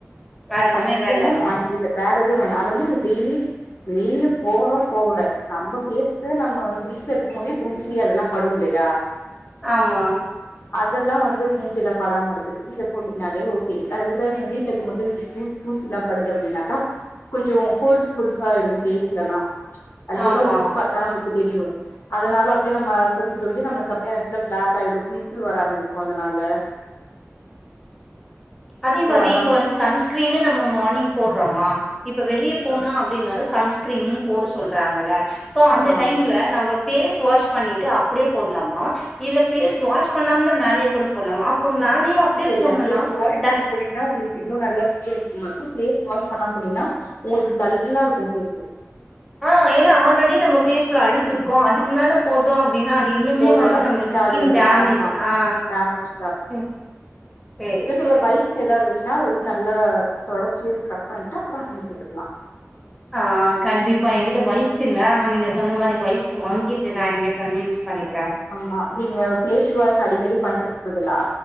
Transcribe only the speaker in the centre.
வேற எதுவுமே
வேண்டாமா?
ஆமா
ஆமா.
அதே
மாரி
இப்ப வந்து சன்ஸ்கிரீனு நம்ம மார்னிங் போட்றோமா இப்ப வெளிய
போனா அப்டினாலு சன்ஸ்கிரீன்னுன் போட சொல்றாங்கல்ல சோ அந்த
டைம்ல
நமக் ஃபேஸ் வாஷ் பண்ணிட்டு அப்டே போட்லாமா இல்ல ஃபேஸ் வாஷ் பண்ணாமலே மேலய கூட போட்லாமா அப்ப மேலயே அப்டியே
போடணும்னா
டஸ்ட்
அ ஏன்னா ஆல்ரெடி நம்ம ஃபேஸ்ல அழுக்கு இருக்கு அதுக்கு மேல போட்டோ அப்டினா அது இன்னுமே
வந்து நம்மளுக்கு
ஸ்கின்
டேமேஜ்
அ அ
சேரி மேரேஜ்
அ கண்டிப்பா என்கிட்ட வைப்ஸ் இல்ல ஆனா நீங்க சொன்ன மாரி வைப்ஸ் வாங்கிட்டு நா இனிமேட் வந்து யூஸ் பண்ணிக்கிற